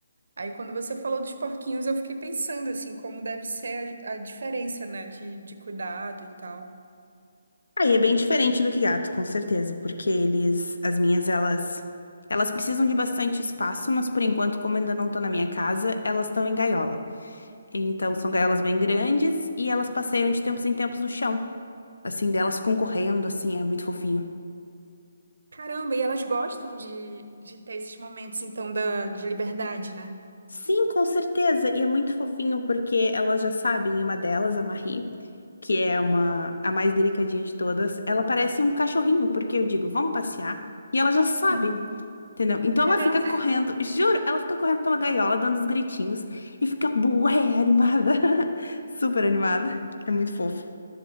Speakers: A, on the right; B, on the left.
A: Aí quando você falou dos porquinhos, eu fiquei pensando, assim, como deve ser a, a diferença, né, de, de cuidado e tal.
B: aí é bem diferente do que gato, com certeza, porque eles, as minhas, elas, elas precisam de bastante espaço, mas por enquanto, como ainda não tô na minha casa, elas estão em gaiola. Então, são gaiolas bem grandes e elas passeiam de tempos em tempos no chão. Assim, delas ficam correndo, assim, é muito fofinho.
A: Caramba, e elas gostam de, de ter esses momentos, então, da, de liberdade, né?
B: Sim, com certeza. E é muito fofinho porque elas já sabem, e uma delas, a Marie, que é uma a mais delicadinha de todas, ela parece um cachorrinho, porque eu digo, vamos passear, e ela já sabe,
A: Hum.
B: entendeu? Então
A: Caramba!
B: ela fica correndo, juro, ela fica correndo pela gaiola, dando uns gritinhos, e fica bué animada. <laughs> Super animada. É muito fofo.